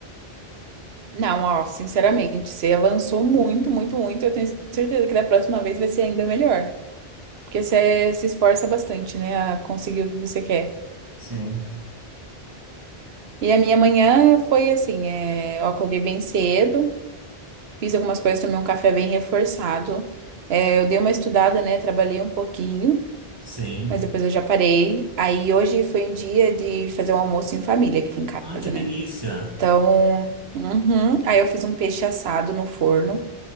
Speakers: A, on the right (about 80°); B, on the right (about 25°).
A: Não, ó, sinceramente, você avançou muito, muito, muito. Eu tenho certeza que da próxima vez vai ser ainda melhor. Porque você se esforça bastante, né, a conseguir o que você quer.
B: Sim.
A: E a minha manhã foi assim: é, eu acordei bem cedo, fiz algumas coisas, tomei um café bem reforçado. É, eu dei uma estudada, né, trabalhei um pouquinho,
B: Sim.
A: mas depois eu já parei. Aí hoje foi um dia de fazer um almoço em família aqui em casa,
B: Ah, que delícia!
A: né? Então, uhum. Aí eu fiz um peixe assado no forno,